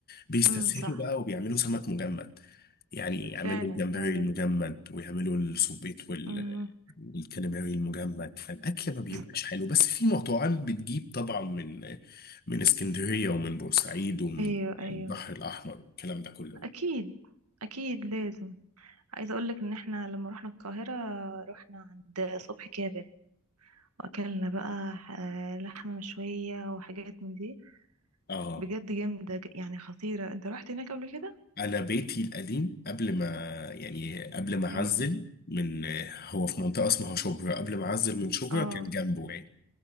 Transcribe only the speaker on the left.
بيستسهلوا
بقى وبيعملوا سمك مجمد يعني يعملوا
الجمبري
المجمد ويعملوا السبيط وال
والكاليماري المجمد فالاكل ما بيبقاش
حلو بس في مطاعم بتجيب طبعا من من اسكندريه ومن بورسعيد ومن
البحر الاحمر والكلام ده كله
اه
انا بيتي القديم قبل ما يعني قبل ما اعزل
من هو في منطقه اسمها شبرا قبل ما اعزل من شبرا
كان جنبه يعني